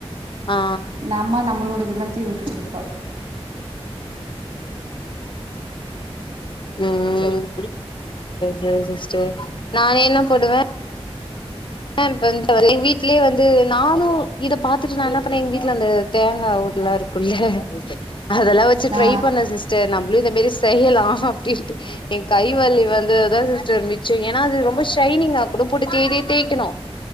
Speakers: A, on the left; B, on the right.
A: ஆ
B: நாம நம்மளோட எல்லாத்தையு விட்டுட்டு இருப்பா
A: ம் செர் செரி சிஸ்டர் நா என்ன போடுவே ஆ இப்ப வந்து எங்க வீட்லயே வந்து நானு இத பாத்துட்டு நா என்ன பண்ணேன் எங்க வீட்டுல அந்த தேங்கா ஓடு எல்லா இருக்கு உள்ள அதெல்லா வச்சு ட்ரை
B: ஆ
A: பண்ண சிஸ்டர் ந உளிதமீறி செய்யலா அப்டின்ட்டு எ கைவலி வந்தது தா சிஸ்டர் மிச்சம் ஏனா அது ரொம்ப ஷைனிங் அப்பறோ போட்டு தே தே க்கணு